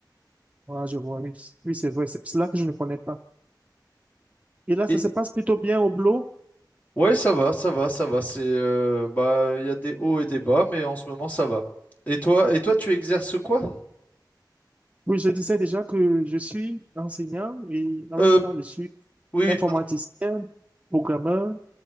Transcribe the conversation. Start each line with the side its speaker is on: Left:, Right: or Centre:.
Right: Ah, je vois, oui. Oui, c'est vrai, c'est pour cela que je ne connais pas. Et là,
Left: Et
Right: ça se passe plutôt bien au boulot.
Left: ouais, ça va, ça va, ça va. C'est, euh, bah, il y a des hauts et des bas, mais en ce moment, ça va. Et toi, et toi, tu exerces quoi?
Right: Oui, je disais déjà que je suis enseignant et en
Left: Euh,
Right: même temps, je suis
Left: oui,
Right: informaticien,
Left: oui,
Right: programmeur